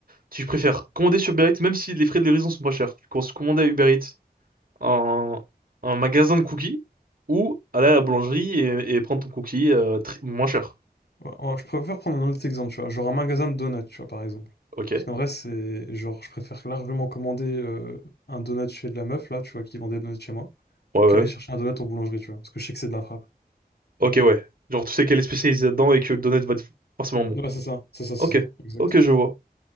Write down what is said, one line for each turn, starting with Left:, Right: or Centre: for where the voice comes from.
Right: tu préfères commander sur Uber Eats, même si les frais de livraison sont pas chers. Tu penses commander à Uber Eats un, un magasin de cookies ou aller à la boulangerie et, et prendre ton cookie euh, tr- moins cher.
Left: ouais, oh, je préfère prendre un autre exemple, tu vois. Genre un magasin de donuts, tu vois, par exemple.
Right: Ok. Ouais,
Left: Parce qu'en vrai, c'est genre, je préfère largement commander euh, un donut chez de la meuf, là, tu vois, qui vend des donuts chez moi,
Right: ouais. ouais.
Left: qu'aller chercher un donut en boulangerie, tu vois. Parce que je sais que c'est de la frappe.
Right: Ok, ouais. Genre, tu sais qu'elle est spécialisée dedans et que le donut va être forcément bon.
Left: Ouais, c'est ça, c'est ça, c'est
Right: Ok.
Left: ça, exactement.
Right: Ok, je vois.